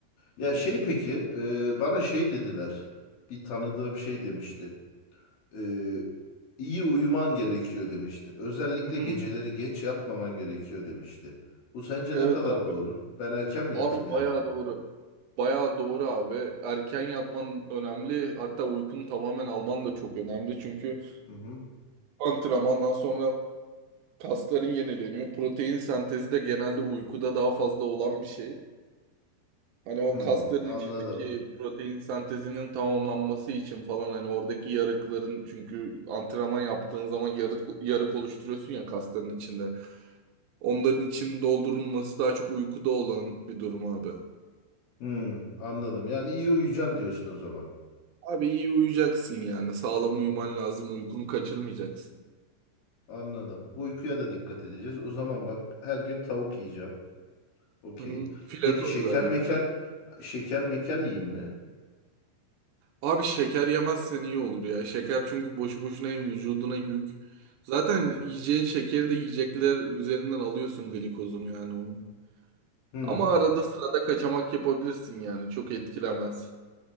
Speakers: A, on the left; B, on the right.
A: Ya
B: Hı
A: şey
B: hı.
A: peki e, bana şey dediler. Bir tanıdığım şey demişti. E, iyi uyuman gerekiyor demişti. Özellikle
B: Hı hı.
A: geceleri geç yatmaman gerekiyor demişti. Bu sence
B: Evet
A: ne kadar
B: abi.
A: doğru? Ben erken mi
B: Abi
A: yatayım
B: bayağı
A: yani?
B: doğru. Bayağı doğru abi. Erken yatman önemli. Hatta uykunu tamamen alman da çok önemli. Çünkü
A: Hı hı.
B: antrenmandan sonra kasların yenileniyor. Protein sentezi de genelde uykuda daha fazla olan bir şey. Hani o
A: Hmm,
B: kasların
A: anladım.
B: içindeki protein sentezinin tamamlanması için falan hani oradaki yarıkların çünkü antrenman yaptığın zaman yarık, yarık oluşturuyorsun ya kasların içinde. Onların içinin doldurulması daha çok uykuda olan bir durum abi.
A: Hmm, anladım. Yani iyi uyuyacaksın diyorsun o zaman.
B: Abi iyi uyuyacaksın yani. Sağlam uyuman lazım. Uykunu kaçırmayacaksın.
A: Anladım. Uykuya da dikkat edeceğiz. O zaman bak her gün tavuk yiyeceğim. Okey.
B: Hı hı. Fileto
A: Peki şeker
B: özellikle.
A: meker şeker meker yiyeyim mi?
B: Abi şeker yemezsen iyi olur ya. Şeker çünkü boşu boşuna hem vücuduna yük. Zaten yiyeceğin şekeri de yiyecekler üzerinden alıyorsun glikozunu yani onu.
A: Hmm,
B: Ama arada sırada kaçamak yapabilirsin yani. Çok etkilemez.